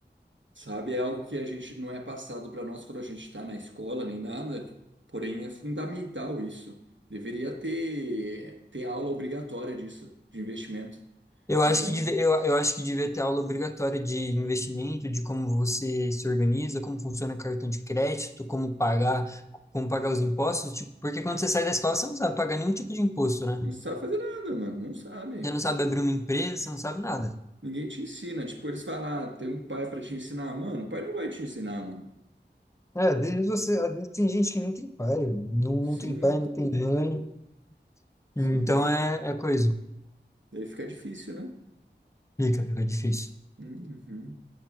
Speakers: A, on the right; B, on the left.
A: Sabe, é algo que a gente não é passado para nós quando a gente está na escola nem nada, porém é fundamental isso. Deveria ter, ter aula obrigatória disso, de investimento,
B: Eu acho
A: entendeu?
B: que deve- eu, eu acho que devia ter aula obrigatória de investimento, de como você se organiza, como funciona cartão de crédito, como pagar,
A: Uhum.
B: como pagar os impostos, tipo, porque quando você sai da escola, você não sabe pagar nenhum tipo de imposto, né?
A: Não sabe fazer nada, mano, não sabe.
B: Você não sabe abrir uma empresa, você não sabe nada.
A: Ninguém te ensina. Tipo, eles falam, ah, tem um pai para te ensinar. Mano, o pai não vai te ensinar, mano.
B: É, às vezes
A: Uhum.
B: você, às vezes tem gente que nem tem pai, não,
A: Sim,
B: não tem pai, não tem É. mãe.
A: sim.
B: Então é, é coisa.
A: Daí fica difícil, né?
B: Fica, fica difícil.
A: Uhum.